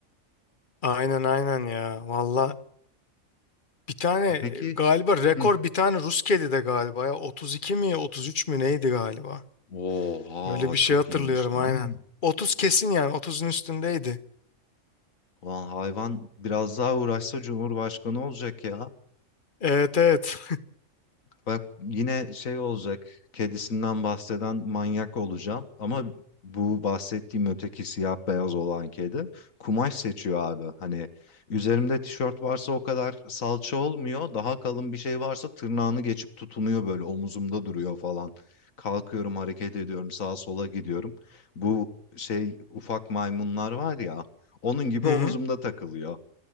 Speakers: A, on the left (about 40°); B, on the left (about 80°).
A: <laughs> Aynen aynen ya. Valla bir tane
B: E Peki
A: e, galiba rekor
B: hı.
A: bir tane Rus kedi de galiba ya. 32 mi 33 mü neydi galiba.
B: Oha
A: Böyle bir
B: çok
A: şey hatırlıyorum
B: iyiymiş lan.
A: aynen. 30 kesin yani 30'un üstündeydi.
B: Ulan hayvan biraz daha uğraşsa Cumhurbaşkanı olacak ya.
A: Evet evet.
B: Bak yine şey olacak, kedisinden bahseden manyak olacağım ama bu bahsettiğim öteki siyah beyaz olan kedi kumaş seçiyor abi. Hani üzerimde tişört varsa o kadar salça olmuyor, daha kalın bir şey varsa tırnağını geçip tutunuyor böyle omuzumda duruyor falan. Kalkıyorum hareket ediyorum sağa sola gidiyorum. Bu şey ufak maymunlar var ya onun gibi
A: <laughs> Hı
B: omuzumda
A: hı.
B: takılıyor.